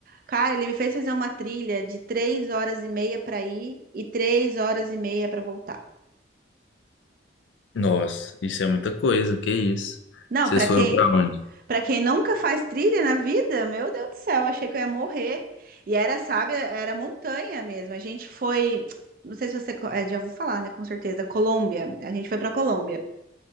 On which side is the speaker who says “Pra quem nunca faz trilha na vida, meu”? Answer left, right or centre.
Right